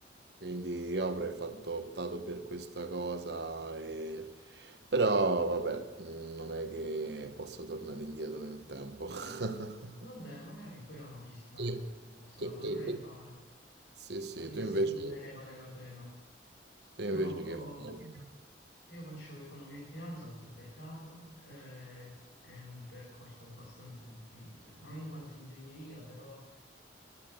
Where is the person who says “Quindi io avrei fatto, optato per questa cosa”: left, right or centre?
Right